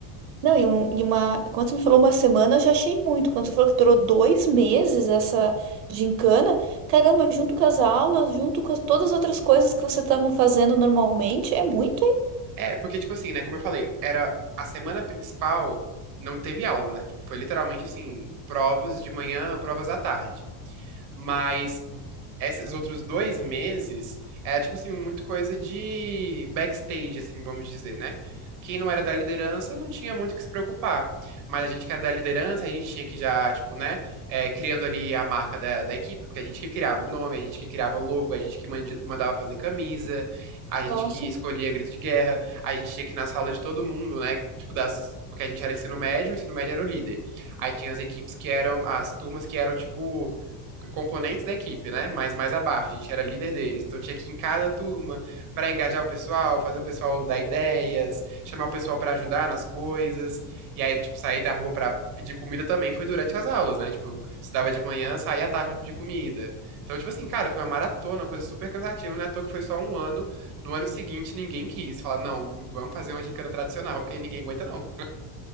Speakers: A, on the right; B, on the right.
A: Não, e, um- e uma. Quando você me falou uma semana, eu já achei muito. Quando você falou que durou dois meses essa gincana, caramba, junto com as aulas, junto com as- todas as outras coisas que vocês estavam fazendo normalmente, é muito, hein?
B: É, porque, tipo assim, né? Como eu falei, era a semana principal, não teve aula, né? Tipo, foi literalmente assim, provas de manhã, provas à tarde. Mas esses outros dois meses era, tipo assim, muito coisa de backstage, assim, vamos dizer, né? Quem não era da liderança não tinha muito o que se preocupar. Mas a gente que era da liderança, a gente tinha que já, tipo, né, é, criando ali a marca da, da equipe, porque a gente que criava o nome, a gente que criava o logo, a gente que mandi- mandava fazer camisa, a gente
A: Nossa.
B: que escolhia grito de guerra, a gente tinha que ir na sala de todo mundo, né, tipo, das. Porque a gente era ensino médio, o ensino médio era o líder. Aí tinha as equipes que eram, as turmas que eram, tipo, componentes da equipe, né? Mas mais abaixo, a gente era líder deles. Então tinha que ir em cada turma para engajar o pessoal, fazer o pessoal dar ideias, chamar o pessoal para ajudar nas coisas. E aí, tipo, sair da rua para pedir comida também foi durante as aulas, né? Tipo, estudava de manhã, saía à tarde pra pedir comida. Então, tipo assim, cara, foi uma maratona, uma coisa super cansativa, né? À toa que foi só um ano. No ano seguinte, ninguém quis falar, não, vamos fazer uma gincana tradicional, porque ninguém aguenta, não.